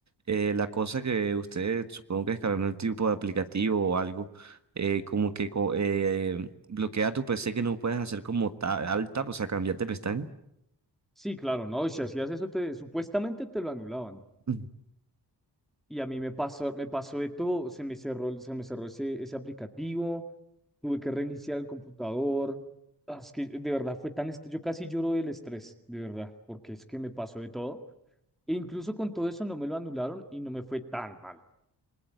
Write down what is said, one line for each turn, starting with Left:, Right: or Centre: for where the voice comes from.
Right: eh, la cosa que ustedes supongo que descargan un tipo de aplicativo o algo, eh, como que co- eh, bloquea tu PC que no puedes hacer como ta al tap, o sea, cambiarte pestaña.
Centre: sí, claro, no, si hacías eso, te, supuestamente te lo anulaban.
Right: Mm.
Centre: Y a mí me pasó, me pasó de todo, se me cerró, el- se me cerró ese, ese aplicativo, tuve que reiniciar el computador. Ah, Es que de verdad fue tan, est- yo casi lloro del estrés, de verdad, porque es que me pasó de todo. E incluso con todo eso no me lo anularon y no me fue tan mal.